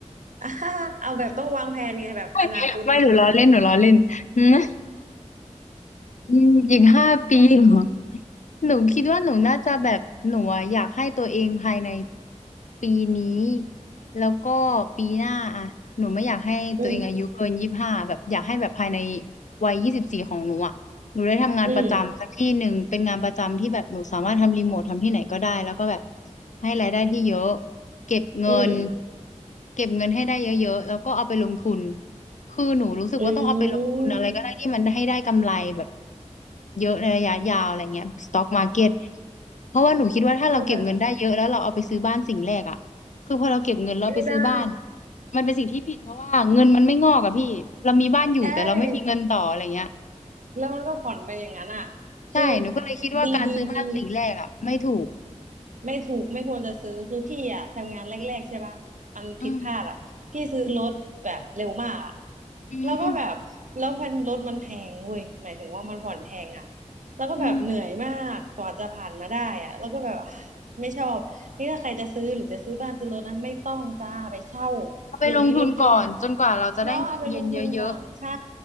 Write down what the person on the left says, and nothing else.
<laughs> ไม่หนูล้อเล่นหนูล้อเล่น อืมอืมอีกห้าปีเหรอ หนูคิดว่าหนูน่าจะแบบหนูอะอยากให้ตัวเองภายในปีนี้แล้วก็ปีหน้าอะหนูไม่อยากให้ตัวเองอายุเกินยี่สิบห้าแบบอยากให้แบบภายใน
วัยยี่สิบสี่ของหนูอะหนูได้ทำงานประจำสักที่หนึ่งเป็นงานประจำที่แบบหนูสามารถทำรีโมททำที่ไหนก็ได้แล้วก็แบบ
ให้รายได้ที่เยอะเก็บเงิน
เก็บเงินให้ได้เยอะๆแล้วก็เอาไปลงทุนคือหนูรู้สึกว่าต้องเอาไปลงทุนอะไรก็ได้ที่มันให้ได้กำไรแบบ
เยอะในระยะยาวอะไรเงี้ยสต็อกมาร์เก็ตเพราะว่าหนูคิดว่าถ้าเราเก็บเงินได้เยอะแล้วเราเอาไปซื้อบ้านสิ่งแรกอ่ะคือพอเราเก็บเงินเราไปซื้อบ้าน
มันเป็นสิ่งที่ผิดเพราะว่าเงินมันไม่งอกอะพี่เรามีบ้านอยู่แต่เราไม่มีเงินต่ออะไรเงี้ย
ใช่หนูก็เลยคิดว่าการซื้อบ้านสิ่งแรกอ่ะไม่ถูก
อืมอืม
อืม
เอาไปลงทุนก่อนจนกว่าเราจะได้เงินเย็นเยอะ